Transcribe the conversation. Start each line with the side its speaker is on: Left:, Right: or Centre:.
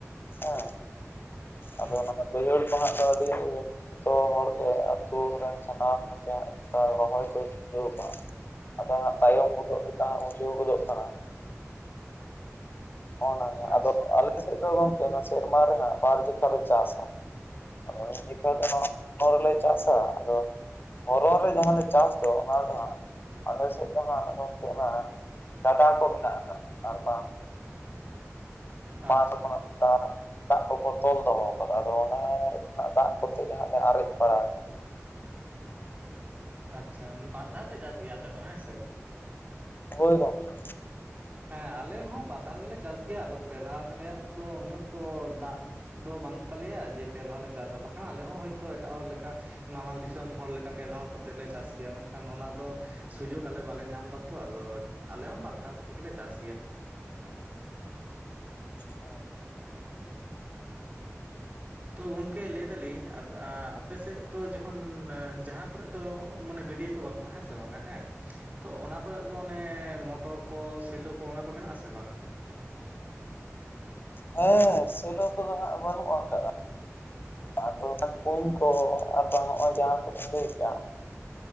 Left: ᱦᱮᱸ᱾ ᱟᱫᱚ
Right: ᱦᱩᱸ
Left: ᱚᱱᱟ ᱠᱚ ᱵᱟᱹᱭᱦᱟᱹᱲ ᱠᱚᱦᱟᱸᱜ ᱫᱚ ᱟᱹᱰᱤᱼᱼ ᱡᱚᱛᱚ ᱦᱚᱲ ᱜᱮ ᱟᱛᱳ ᱨᱮᱱ ᱥᱟᱱᱟᱢ ᱦᱚᱲ ᱜᱮ ᱚᱱᱠᱟ ᱨᱚᱦᱚᱭ ᱠᱚᱭ ᱪᱷᱩᱴᱟᱹᱣ ᱟᱠᱟᱫ ᱟᱫᱚ ᱦᱟᱸᱜ ᱛᱟᱭᱚᱢ ᱜᱚᱫᱚᱜ ᱞᱮᱠᱟ ᱦᱟᱸᱜ ᱵᱩᱡᱷᱟᱹᱣ ᱜᱚᱫᱚᱜ ᱠᱟᱱᱟ᱾ ᱦᱚᱭ ᱦᱚᱭ ᱦᱚᱭ᱾
Right: ᱟᱪᱪᱷᱟ
Left: ᱟᱫᱚ ᱟᱞᱮ ᱥᱮᱫ ᱫᱚ ᱜᱚᱝᱠᱮ ᱚᱱᱟ ᱥᱮᱨᱢᱟ ᱨᱮ ᱦᱟᱸᱜ ᱵᱟᱨ ᱡᱮᱠᱷᱟ ᱞᱮ ᱪᱟᱥᱟ᱾ ᱟᱫᱚ ᱢᱤᱫ ᱡᱮᱠᱷᱟ ᱫᱚ ᱱᱚᱶᱟ ᱜᱮᱞᱮ ᱪᱟᱥᱟ ᱟᱫᱚᱼᱼ ᱦᱚᱨᱚ ᱨᱮ ᱡᱟᱦᱟᱸ ᱞᱮ ᱪᱟᱥ ᱫᱚ ᱚᱱᱟ ᱫᱚ ᱦᱟᱸᱜ ᱟᱞᱮ ᱥᱮᱜ ᱫᱚ ᱦᱟᱸᱜ ᱜᱚᱝᱠᱮ ᱚᱱᱟᱼᱼ ᱜᱟᱰᱟ ᱠᱚ ᱢᱮᱱᱟᱜ ᱟᱠᱟᱫ-ᱟ ᱟᱨ ᱵᱟᱝᱼᱼ ᱵᱟᱸᱫᱽ
Right: ᱟᱪᱪᱷᱟ
Left: ᱠᱚ ᱦᱚᱸ᱾ ᱚᱱᱠᱟ ᱫᱟᱜ ᱠᱚᱠᱚ ᱛᱚᱞ ᱫᱚᱦᱚ ᱟᱠᱟᱫᱟ ᱟᱫᱚ ᱚᱱᱟ ᱨᱮᱱᱟᱜ ᱫᱟᱜ ᱠᱚᱛᱮ ᱜᱮ ᱦᱟᱸᱜ ᱞᱮ ᱟᱨᱮᱡ ᱵᱟᱲᱟᱼᱼ
Right: ᱟᱪᱪᱷᱟ ᱵᱟᱨ ᱫᱷᱟᱣ ᱯᱮ ᱪᱟᱥ ᱜᱮᱭᱟ ᱟᱯᱮ ᱫᱚ ᱦᱮᱸᱥᱮ᱾
Left: ᱦᱚᱭ ᱜᱚᱝᱠᱮ᱾
Right: ᱦᱮᱸ ᱟᱞᱮ ᱦᱚᱸ ᱵᱟᱨ ᱫᱷᱟᱣ ᱜᱮᱞᱮ ᱪᱟᱥ ᱜᱮᱭᱟ ᱟᱫᱚ ᱯᱮ ᱫᱷᱟᱣ ᱨᱮᱭᱟᱜ ᱫᱚ ᱩᱱᱟᱹᱜ ᱫᱚ ᱫᱟᱜ ᱫᱚ ᱵᱟᱱᱩᱜ ᱛᱟᱞᱮᱭᱟ ᱡᱮ ᱯᱮ ᱫᱷᱟᱣ ᱞᱮ ᱪᱟᱥᱟ ᱵᱟᱠᱷᱟᱱ ᱟᱞᱮ ᱦᱚᱸ ᱦᱚᱭᱛᱚ ᱮᱴᱟᱜ ᱦᱚᱲ ᱞᱮᱠᱟ ᱱᱟᱢᱟᱞ ᱫᱤᱥᱚᱢ ᱦᱚᱲ ᱞᱮᱠᱟ ᱯᱮ ᱫᱷᱟᱣ ᱠᱟᱛᱮᱫ ᱞᱮ ᱪᱟᱥ ᱜᱮᱭᱟ ᱢᱮᱱᱠᱷᱟᱱ ᱚᱱᱟ ᱫᱚ ᱥᱩᱡᱳᱜᱽ ᱟᱞᱮ ᱵᱟᱞᱮ ᱧᱟᱢ ᱮᱫᱟ ᱛᱚ ᱟᱫᱚ ᱟᱞᱮ ᱦᱚᱸ ᱵᱟᱨ ᱫᱷᱟᱣ ᱠᱟᱛᱮᱫ ᱜᱮᱞᱮ ᱪᱟᱥ ᱜᱮᱭᱟ᱾
Left: ᱦᱚᱭ᱾
Right: ᱛᱚ ᱜᱚᱝᱠᱮ ᱞᱟᱹᱭ ᱮᱫᱟᱞᱤᱧ <unintelligible> ᱟᱯᱮ ᱥᱮᱫ ᱫᱚ ᱡᱚᱠᱷᱚᱱ ᱡᱟᱦᱟᱸ ᱠᱚᱨᱮ ᱫᱚ ᱢᱟᱱᱮ ᱜᱟᱹᱰᱭᱟᱹ ᱠᱚ ᱵᱟᱹᱱᱩᱜ-ᱟ ᱦᱮᱸ ᱥᱮ ᱵᱟᱝᱟ ᱦᱮᱸ᱾ ᱛᱚ ᱚᱱᱟ ᱠᱚᱨᱮ ᱫᱚ ᱚᱱᱮ ᱢᱚᱴᱚᱨ ᱠᱚ ᱥᱮᱞᱚ ᱠᱚ ᱚᱱᱟ ᱠᱚ ᱢᱮᱱᱟᱜ ᱟ ᱥᱮ ᱵᱟᱝᱟ?
Left: ᱦᱮᱸ ᱥᱮᱞᱚ ᱠᱚᱫᱚ ᱦᱟᱸᱜ ᱵᱟᱹᱱᱩᱜ ᱟᱠᱟᱫᱼᱟ᱾ ᱟᱫᱚ ᱠᱷᱟᱱ ᱠᱩᱧ ᱠᱚ ᱟᱨ ᱵᱟᱝ ᱱᱚᱜᱼᱚᱭ ᱡᱟᱦᱟᱸ ᱠᱚᱵᱤᱱ ᱞᱟᱹᱭ ᱠᱮᱫᱼᱟ